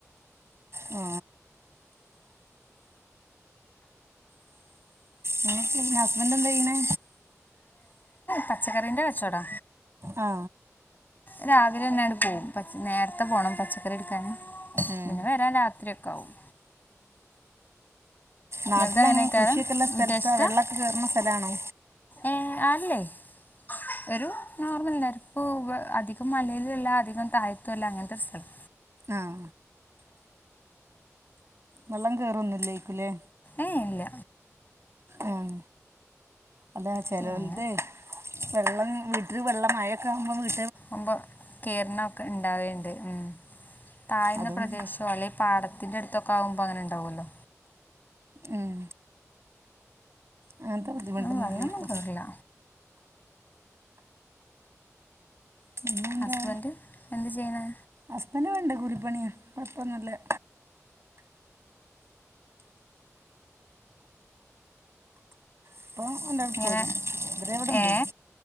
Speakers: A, on the right (about 55°); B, on the left (about 35°).
A: ആ നിനക്ക് ഹസ്ബൻറ് എന്ത ചെയനെ
B: പച്ചക്കറീൻ്റെ കെച്ചോടാ
A: ആ
B: രാവിലെ തന്നെട് പോകവും പ നേരത്തെ പോണം പച്ചക്കറി എടുക്കൻ
A: ഉം
B: പിന്നെ വരാൻ രാത്രി ഒക്കെ ആാവും
A: നാട്ടിലങ്ങനെ
B: എന്നത അങ്ങനെയ കറ
A: കൃഷിയൊക്കെള്ള സ്ഥലത്താ
B: വിദേശത്താ
A: വെള്ളൊക്കെ കേറുന്ന സ്ഥലാണോ
B: ഏ ആല്ലേ <unintelligible> ഒരു നോർമൽ നേര ഇപ്പ അധികം മലയില ഇല്ല അധികം താഴത്തല്ല അങ്ങനത്തെ ഒരു സ്ഥലം
A: ആഹ വെള്ളം കേയറൊന്നുംില്ലേക്കൂലേ
B: ഏ ഇല്ല
A: ഉം അല്ലെ ചെലോൽത്
B: പിന്നെ
A: വെള്ളം വീട്ടില് വെള്ളം മഴൊക്കെ ആവുമ്പോ വീ
B: അപ്പൊ കേര്ണ ഒക്കെ ഇണ്ടാവൽ ഇണ്ട് ഉം താഴ്ന്ന
A: അതുകൊണ്ട്
B: പ്രദേശോ അല്ലെ പാടത്തിന്റടുത്തൊക്കെ ആവുമ്പോ അങ്ങനെ ഇണ്ടാവുവല്ലോ
A: ഉം അങ്ങൻത ബുദ്ധിമുട്ടൊന്നുല്ല്യ
B: ഉം, വെള്ളമൊന്നും
A: ഇപ്പം
B: കയറില്ല
A: പിന്നെന്താ
B: ഹസ്ബൻഡ് എന്ത് ചെയ്യ്ണ്
A: ഹസ്ബൻഡ് ഇവിടെണ്ട് കൂലിപ്പണിയാ കൊഴപ്പൊന്നുല്ല്യ ഇപ്പൊ ഓന്റോടെ
B: ഇങ്ങനെ
A: പോയീണ് ഇതരെ ബവടെണ്ടേനി
B: ഏ